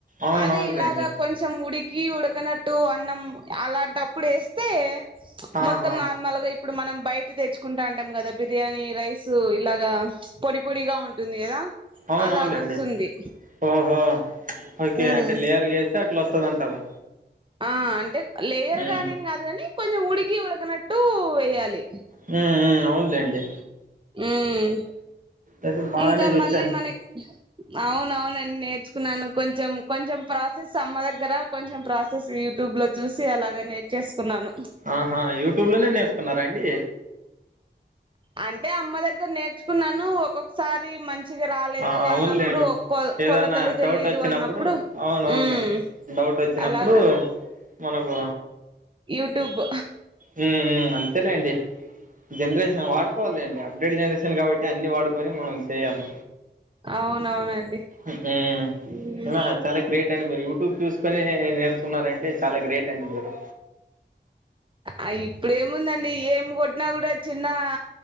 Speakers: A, on the right; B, on the right.
A: అవునువును
B: అదే ఇలాగా
A: లెండి
B: కొంచెం ఉడికి ఉడకనట్టు అన్నం అలాంటప్పుడు ఏస్తే
A: ఆహా
B: మొత్తం నార్మల్ గా ఇప్పుడు మనం బయట ఫుడ్ తెచ్చుకుంటంటం అంటాం కదా బిర్యానీ రైస్ ఇలాగా పొడి పొడిగా ఉంటుంది కదా
A: అవునవునులేండి
B: అలాగొస్తుంది
A: ఓహో ఓకే
B: ఉమ్
A: అంటే లేయర్ గేస్తే అట్లోస్తదంటారు
B: ఆ అంటే లేయర్
A: ఉమ్
B: గా అనేం కాదు కాని కొంచెం ఊడి ఉడికి ఉడకనట్టు వేయాలి
A: మ్మ్ మ్మ్ అవును లేండి
B: మ్మ్
A: అయితే బాగానే
B: ఇంకా
A: చూచ్చాను
B: మళ్ళీ మనక్ అవునవున్ నేన్ నేర్చుకున్నాను కొంచెం కొంచెం ప్రాసెస్ అమ్మ దగ్గర కొంచెం ప్రాసెస్ యూట్యూబ్ లో చూసి అలాగ నేర్చేసుకున్నాను
A: ఆహా యూట్యూబ్ లోనే నేర్స్ కున్నారండి
B: అంటే అమ్మ దగ్గర నేర్చుకున్నాను ఒక్కొక్కసారి మంచ్ మంచిగా రాలేదు
A: ఆ అవునులేండి
B: అన్నప్పుడు కొల్
A: ఏదన్నా
B: కొలతలు
A: డౌట్
B: తెలియదు
A: వచ్చినప్పుడు
B: అన్నప్పుడు
A: అవునవునులేండి
B: మ్మ్
A: డౌట్ వచ్చినప్పుడు
B: అలాగా
A: మనకు
B: యూట్యూబ్
A: ఉమ్ ఉమ్ అంతేలెండి జనరేషన్ వాడుకోవాలెండి అబ్ థర్డ్ జనరేషన్ కాబట్టి అన్ని వాడుకొని మనం చేయాలి
B: అవునవునండి
A: ఉహ్
B: ఉమ్
A: అవునా హ చాలా గ్రేట్ అండి మీరు యూట్ యూట్యూబ్ చూస్కొని యే నేర్సుకున్నారంటే చాలా గ్రేట్ అండి మీరు
B: అ ఇప్పుడేముందండి ఏం కొట్టినా కూడా చిన్న ఆ